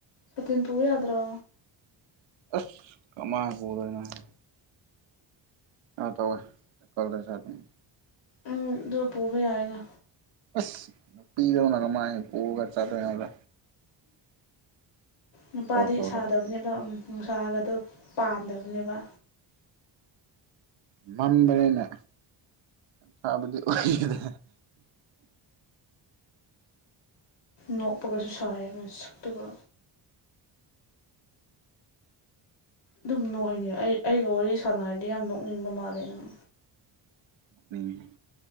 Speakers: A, on the left; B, on the right.
A: ꯁꯥꯇꯤꯟ ꯄꯨ ꯌꯥꯗ꯭ꯔꯣ
B: ꯑꯁ ꯀꯃꯥꯏ ꯄꯨꯗꯣꯏꯅꯣ ꯍꯦ ꯑ ꯇꯧꯋꯦ ꯁꯥꯏꯀꯜꯗ ꯆꯠꯄꯅꯦ
A: ꯎꯝ ꯑꯗꯨ ꯄꯨꯕ ꯌꯥꯏꯅ
B: ꯑꯁ ꯄꯤꯗꯧꯅ ꯀꯃꯥꯏꯅ ꯄꯨꯔꯒ ꯆꯠꯗꯣꯏꯅꯣꯗ
A: ꯅꯨꯄꯥꯗꯤ
B: ꯁꯥꯏꯀꯜ ꯊꯧꯔꯒ
A: ꯁꯥꯗꯕꯅꯦꯕ ꯎꯝ ꯅꯨꯡꯁꯥ ꯒꯥꯇꯣ ꯄꯥꯟꯗꯕꯅꯦꯕ
B: ꯃꯝꯕꯅꯤ ꯁꯥꯕꯗꯤ ꯑꯣꯏꯗꯅ
A: ꯅꯣꯛꯄꯒꯁꯨ ꯁꯥꯔꯦ ꯃꯁꯛꯇꯨꯒ ꯑꯗꯨꯝ ꯅꯣꯛꯏꯅꯦ ꯑꯩ ꯑꯩꯒ ꯋꯥꯔꯤ ꯁꯥꯟꯅꯔꯗꯤ ꯌꯥꯝ ꯅꯣꯛꯅꯤꯡꯕ ꯃꯥꯜꯂꯦ ꯅꯪ
B: ꯎꯝ